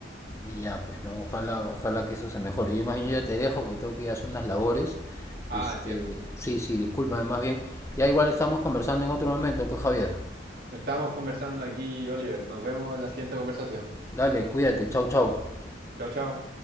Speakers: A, on the left; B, on the right.
A: Y ya, pues, ¿no? Ojalá, ojalá que eso se mejore. Yo más bien yo ya te dejo porque tengo que ir a hacer unas labores.
B: Ah,
A: Este,
B: entiendo.
A: sí, sí, discúlpame más bien. Ya igual estamos conversando en otro momento, pues, Javier.
B: Estamos conversando aquí, Oliver. Nos vemos en la siguiente conversación.
A: Dale, cuídate, chau, chau.
B: Chao, chao.